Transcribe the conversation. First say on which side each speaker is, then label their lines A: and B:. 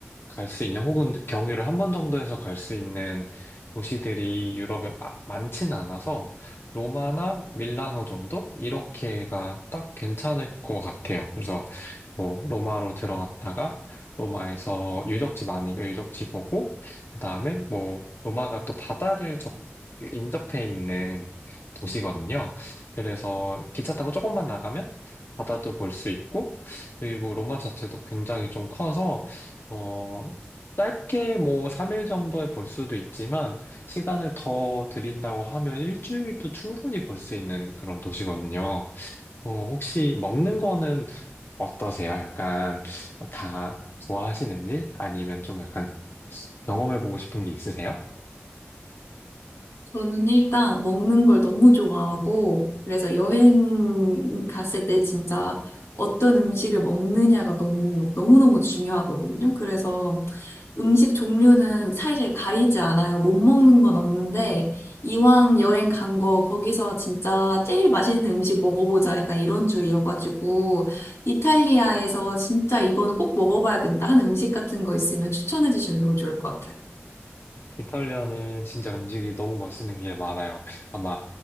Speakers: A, on the left (about 55°); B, on the left (about 85°).
A: 갈 수 있는 혹은 경유를 한 번 정도 해서 갈 수 있는 도시들이 유럽에 마- 많진 않아서 로마나 밀라노 정도 이렇게가 딱 괜찮을 것 같아요. 그래서 뭐 로마로 들어갔다가 로마에서 유적지 많이 유적지 보고 그다음에 뭐 로마가 또 바다를 적 인접해 있는 도시거든요. 그래서 기차 타고 조금만 나가면 바다도 볼 수 있고 그리고 로마 자체도 굉장히 좀 커서 어, 짧게 뭐 3일 정도에 볼 수도 있지만 시간을 더 드린다고 하면 일주일도 충분히 볼 수 있는 그런 도시거든요. 어, 혹시 먹는 거는 어떠세요? 약간 다 좋아하시는지 아니면 좀 약간 경험해보고 싶은 게 있으세요?
B: 저는 일단 먹는 걸 너무 좋아하고, 그래서 여행 갔을 때 진짜 어떤 음식을 먹느냐가 너무, 너무너무 중요하거든요. 그래서 음식 종류는 사실 가리지 않아요. 못 먹는 건 없는데, 이왕 여행 간 거, 거기서 진짜 제일 맛있는 음식 먹어보자. 약간 이런 주의여가지고, 이탈리아에서 진짜 이거는 꼭 먹어봐야 된다 하는 음식 같은 거 있으면 추천해 주시면 너무 좋을 것 같아요.
A: 이탈리아는 진짜 음식이 너무 맛있는 게 많아요. 아마